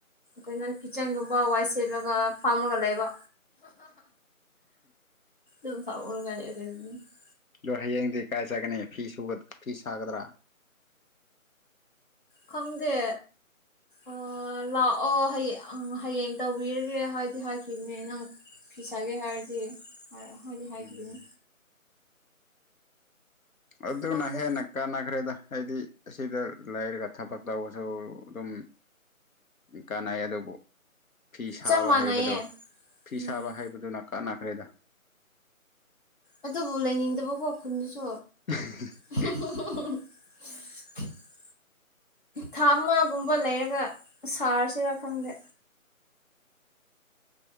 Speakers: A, on the left; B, on the left.
A: ꯀꯩꯅꯣ ꯀꯤꯠꯆꯟꯒꯨꯝꯕ ꯋꯥꯏ ꯁꯦꯠꯂꯒ ꯐꯥꯝꯃꯒ ꯂꯩꯕ ꯑꯗꯨ ꯐꯝꯃꯒ <unintelligible>
B: ꯑꯗꯣ ꯍꯌꯦꯡꯗꯤ ꯀꯥꯏ ꯆꯠꯒꯅꯤ ꯐꯤ ꯁꯨꯒ ꯐꯤ ꯁꯥꯒꯗ꯭ꯔꯥ
A: ꯈꯪꯗꯦ ꯑ ꯂꯥꯛꯑꯣ ꯍꯌꯦꯡ ꯇꯧꯕꯤꯔꯒꯦ ꯍꯥꯏꯗꯤ ꯍꯥꯏꯈꯤꯕꯅꯦ ꯅꯪ ꯐꯤꯁꯥꯒꯦ ꯍꯥꯏꯔꯗꯤ ꯍꯣꯏꯗꯤ ꯍꯥꯏꯈꯤꯕꯅꯦ
B: ꯎꯝ ꯑꯗꯨꯅ
A: ꯈꯪꯗꯦ
B: ꯍꯦꯟꯅ ꯀꯥꯟꯅꯈ꯭ꯔꯦꯗ ꯍꯥꯏꯗꯤ ꯑꯁꯤꯗ ꯂꯩꯔꯒ ꯊꯕꯛ ꯇꯧꯕꯁꯨ ꯑꯗꯨꯝ ꯀꯥꯟꯅꯩ ꯑꯗꯨꯕꯨ ꯐꯤ ꯁꯥꯕ
A: ꯆꯞ ꯃꯥꯟꯅꯩꯌꯦ
B: ꯍꯩꯕꯗꯣ ꯐꯤ
A: ꯎꯝ
B: ꯁꯥꯕ ꯍꯩꯕꯗꯨꯅ ꯀꯥꯟꯅꯈ꯭ꯔꯦꯗ
A: ꯑꯗꯨꯕꯨ ꯂꯩꯅꯤꯡꯗꯕꯀꯣ ꯈꯨꯟꯗꯁꯨ
B: <unintelligible>
A: <unintelligible> ꯊꯥ ꯑꯃꯒꯨꯝꯕ ꯂꯩꯔꯒ ꯁꯥꯔꯁꯤꯔꯥ ꯈꯪꯗꯦ